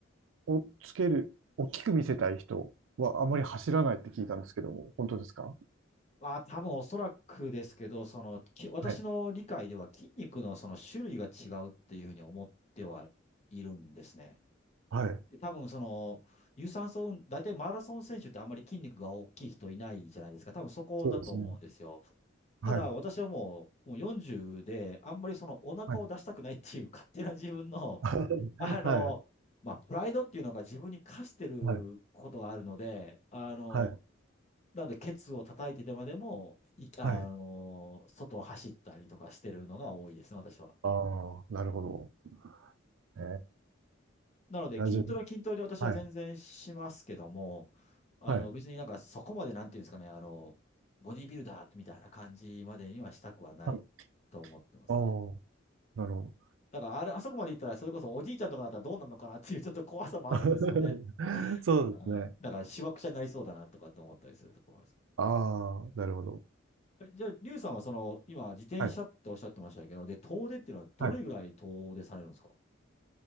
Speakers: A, on the right; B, on the left.
A: をつける、大きく見せたい人はあまり走らないって聞いたんですけども、本当ですか
B: ああ、多分おそらくですけど、その、き、私の理解では筋肉のその種類が違うっていうふうに思ってはいるんですね。
A: はい。はい。
B: で多分その、有酸素運、大体マラソン選手ってあんまり筋肉が大きい人いないじゃないですか。多分そこだと思うんですよ。
A: そうですね。はい。
B: ただ私はもう、もう40で、あんまりそのお腹を出したくないっていう勝手な自分の、
A: はい。<laughs>
B: <laughs> あの、
A: はい。
B: まあ、プライドっていうのが自分に課してることがあるので、
A: はい、
B: あの、
A: はい、
B: なんでケツを叩いてでまでも、い、あの、
A: はい。
B: 外を走ったりとかしてるのが多いですね、私は。
A: ああ、なるほど。え
B: なので、
A: ー、いや、
B: 筋トレは筋トレで私は全然しますけども、
A: 自分、はい、
B: あの、
A: はい、
B: 別になんかそこまでなんていうんですかね、あの、ボディービルダーみたいな感じまでにはしたくはないと思ってますね。
A: はい。ああ、なるほ
B: だからあれ、あそこまで行ったら、それこそおじいちゃんとかだったらどうなるのかなっていうちょっと怖さもあるんですよね。
A: ど。<laughs> そうですね。
B: あだから、しわくちゃになりそうだなとかって思ったりするところです。
A: ああ、なるほど。
B: えじゃあ、リュウさんはその、今、自転車っておっしゃってましたけど、
A: はい、
B: で、遠出っていうのはどれぐらい遠出されるんですか
A: はい。